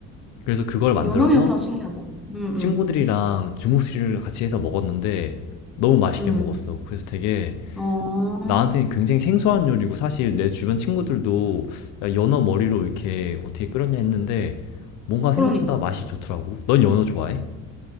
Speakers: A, on the left (about 70°); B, in the centre.
A: 그래서 그걸 만들어서
B: 연어 매운탕 신기하다. 음, 음,
A: 친구들이랑 중국 술을 같이 해서 먹었는데 너무 맛있게
B: 음.
A: 먹었어. 그래서 되게
B: 어,
A: 나한테는 굉장히 생소한 요리고 사실 내 주변 친구들도 야, 연어 머리로 이렇게 어떻게 끓였냐 했는데 뭔가
B: 그러니까.
A: 생각보다 맛이 좋더라고. 넌 연어 좋아해?